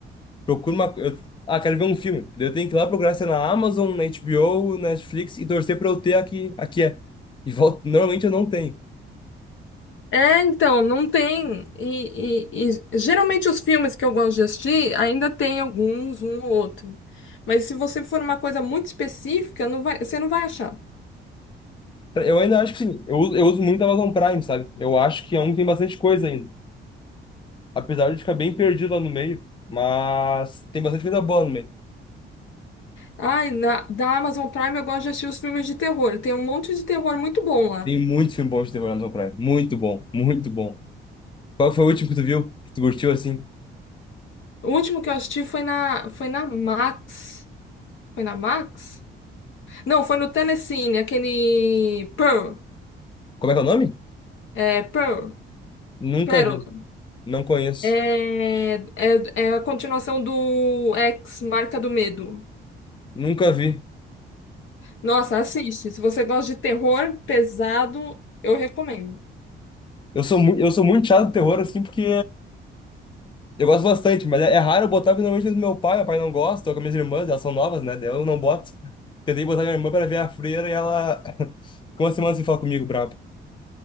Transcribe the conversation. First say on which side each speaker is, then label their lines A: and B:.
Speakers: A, on the left; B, on the left.
A: procura uma. co- Eu, ah, quero ver um filme. Daí Eu tenho que ir lá procurar se é na Amazon, na HBO, na Netflix e torcer pra eu ter aqui, aqui é. E volta, normalmente eu não tenho.
B: É, então, não tem. E, e- e geralmente os filmes que eu gosto de assistir ainda tem alguns, um ou outro. Mas se você for uma coisa muito específica, não vai, você não vai achar.
A: Pra- Eu ainda acho que sim, eu, uso- eu uso muito a Amazon Prime, sabe? Eu acho que é um que tem bastante coisa ainda. Apesar de ficar bem perdido lá no meio, mas tem bastante coisa boa no meio.
B: Ai, na, da Amazon Prime eu gosto de assistir os filmes de terror. Tem um monte de terror muito bom lá.
A: Tem muito filme bom de terror na Amazon Prime. Muito bom, muito bom. Qual foi o último que tu viu? Que tu curtiu assim?
B: O último que eu assisti foi na, foi na Max. Foi na Max? Não, foi no Telecine, aquele Pearl.
A: Como é que é o nome?
B: É, Pearl.
A: Nunca
B: Pérola.
A: vi, não conheço.
B: É, é, é a continuação do X, Marca do Medo.
A: Nunca vi.
B: Nossa, assiste. Se você gosta de terror pesado, eu recomendo.
A: Eu sou muito, eu sou muito chato de terror, assim, porque eu gosto bastante, mas é, é raro eu botar, porque normalmente é do meu pai, meu pai não gosta, ou com as minhas irmãs, elas são novas, né? daí Eu não boto. Tentei botar minha irmã pra ver a freira e ela <laughs> ficou uma semana sem falar comigo, brabo.